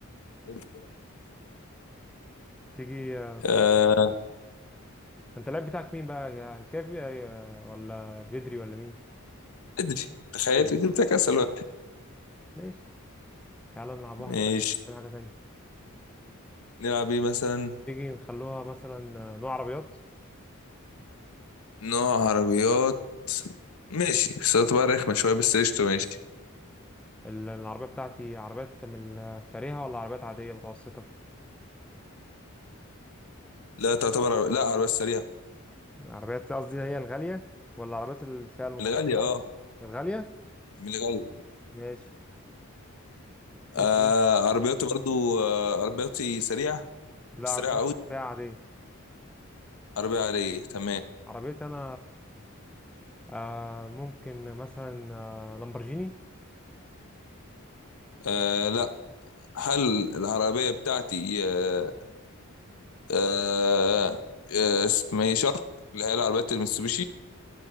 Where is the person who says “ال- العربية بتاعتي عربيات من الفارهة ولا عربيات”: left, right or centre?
Centre